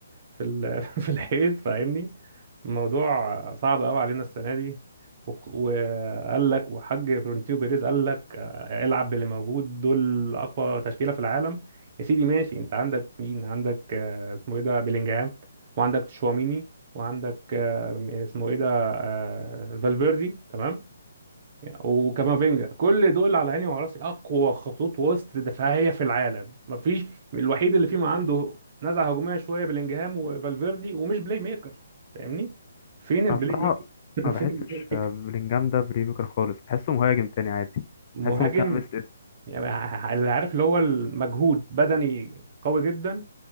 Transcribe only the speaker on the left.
انا بصراحه
ما
بحسش
آه، بلينجهام ده بريميكر خالص بحسه مهاجم تاني عادي
بحسه ممكن العب اس اس